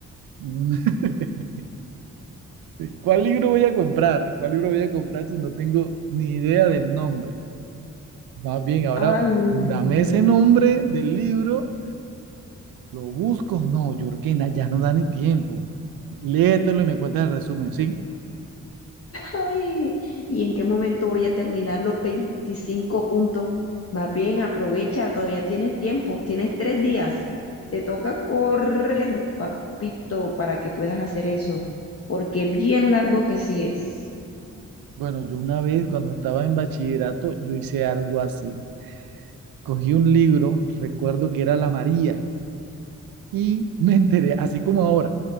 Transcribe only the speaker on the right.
<laughs> cuál libro voy a comprar, cuál libro voy a comprar si no tengo ni idea del nombre. Más bien, ahora
dame
ese nombre del libro Lo busco, no, yo creo que na- ya no da ni tiempo. Léetelo y me cuentas el resumen, ¿sí?
Bueno, yo una vez cuando estaba en bachillerato, yo hice algo así. Cogí un libro, recuerdo que era La María, y me enteré, así como ahora,